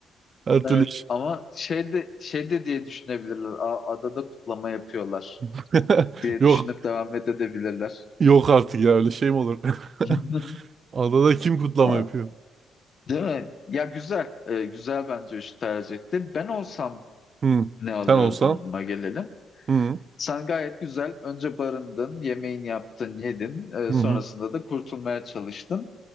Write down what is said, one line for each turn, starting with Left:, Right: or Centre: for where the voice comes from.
Right: Her
Left: Evet
Right: türlü iş.
Left: ama şey de, şey de diye düşünebilirler. Aa, adada kutlama yapıyorlar
Right: <laughs>
Left: diye
Right: Yok.
Left: düşünüp devam edebilirler.
Right: Yok artık ya öyle şey mi olur?
Left: <laughs>
Right: <laughs> Adada kim kutlama
Left: Aa,
Right: yapıyor?
Left: Değil mi? Ya güzel. Ee, güzel bence üç tercih etti. Ben olsam
Right: Hı.
Left: ne alırdım?
Right: Sen olsan.
Left: Gelelim.
Right: Hı.
Left: Sen gayet güzel önce barındın, yemeğini yaptın, yedin. Ee,
Right: Hı
Left: sonrasında
Right: hı.
Left: da kurtulmaya çalıştın.